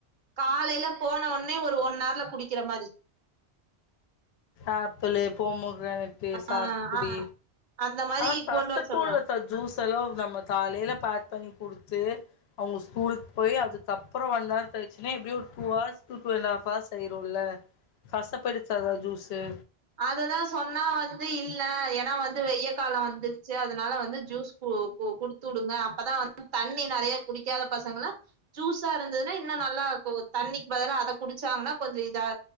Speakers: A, on the right (about 50°); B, on the left (about 70°).
A: காலைல போன உடனே ஒரு ஒன் அவர்ல குடிக்கிற மாரி
B: ஆப்பிளு போமோ கிரானெட்டு சாத்துக்குடி
A: ஆ ஆ அந்த மாரி
B: ஆன கசக்குலக்கா
A: கொண்டு வர சொல்றா
B: ஜூஸ் ல்லோ நம்ம காலைல பேக் பண்ணி குடுத்து அவங்க ஸ்கூலுக்கு போய் அதுக்கப்றம் ஒன் ஹர் கழிச்சி நா எப்படிய ஒரு two hours two two and half hours ஆயிரும்ல கசப்பு எடுக்காத ஜூஸ் ஹு
A: அததான் சொன்னா வந்து இல்லா ஏன்னா வந்து வெய காலம் வந்துருச்சு அதனால வந்து ஜூஸ் கு குடுத்துவுடுங்க அப்பதான் வந்து தண்ணி நிறைய குடிக்காத பசங்கலான் ஜூஸா இருந்ததுன்னா இன்னும் நல்லா கு தண்ணிக்கு பதில அத குடிச்சாங்கன்னா கொஞ்சம் இதா